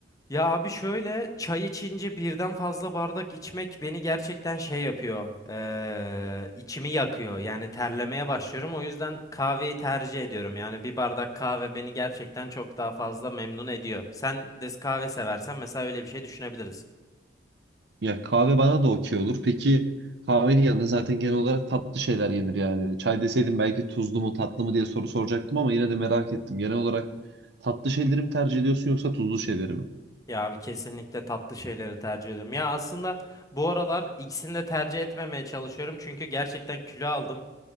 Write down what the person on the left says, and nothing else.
Ya abi şöyle çay içince birden fazla bardak içmek beni gerçekten şey yapıyor. eee, içimi yakıyor. Yani terlemeye başlıyorum. O yüzden kahveyi tercih ediyorum. Yani bir bardak kahve beni gerçekten çok daha fazla memnun ediyor. Sen de kahve seversen mesela öyle bir şey düşünebiliriz.
Ya abi kesinlikle tatlı şeyleri tercih ediyorum. Ya aslında bu aralar ikisini de tercih etmemeye çalışıyorum. Çünkü gerçekten kilo aldım.